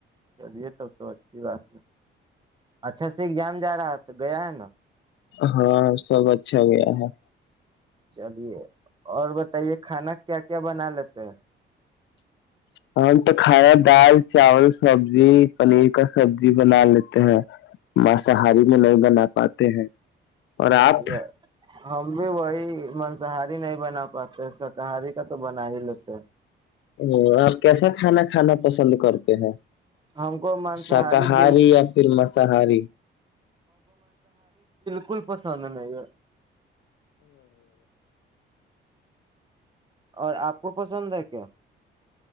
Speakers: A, on the right (about 25°); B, on the left (about 70°).
A: چلیے تب تو اچھی بات ہے اچھا سے ایگزام جا رہا تو گیا ہے نا
B: ہاں سب اچھا گیا ہے
A: چلیے اور بتائیے کھانا کیا کیا بنا لیتے ہیں
B: ہم تو کھانا دال چاول سبزی پنیر کا سبزی بنا لیتے ہیں مساہاری میں نہیں بنا پاتے ہیں اور آپ
A: چلی ہم بھی وہی مانساہاری نہیں بنا پاتے شاکاہاری کا تو بنا ہی لیتے ہے
B: ا اور کیسا <inaudible> کھانا کھانا پسند کرتے ہیں
A: ہم کو مانساہاری
B: شاکاہاری
A: بالکل
B: یا پھر مساری
A: کل پس ن <inaudible> اور آپ کو پسند ہے کیا